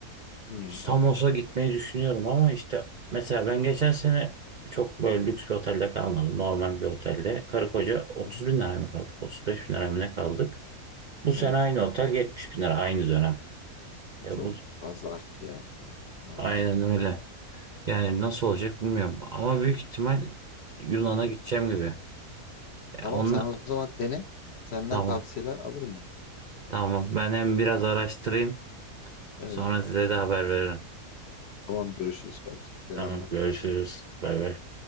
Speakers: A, on the left; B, on the right.
A: Hı,
B: Samos'a
A: evet.
B: gitmeyi düşünüyorum ama işte mesela ben geçen sene çok böyle lüks bir otelde kalmadım. Normal bir otelde. Karı koca 30
A: Hı hı,
B: bin liraya mı kaldık? 35 bin liraya mı ne kaldık? Bu sene
A: evet.
B: aynı otel 70 bin lira aynı dönem.
A: E,
B: E
A: Çok
B: bu
A: fazla arttı ya. Evet, maalesef.
B: aynen öyle. Yani nasıl olacak bilmiyorum. Ama büyük ihtimal Yunan'a gideceğim gibi. E
A: Tamam
B: onun...
A: sen o zaman dene. Senden
B: Tamam.
A: tavsiyeler alırım ben.
B: Tamam. Ben hem biraz araştırayım.
A: Evet.
B: Sonra size de haber veririm.
A: Tamam görüşürüz kardeşim. Selamlar.
B: Tamam. Görüşürüz. Bay bay.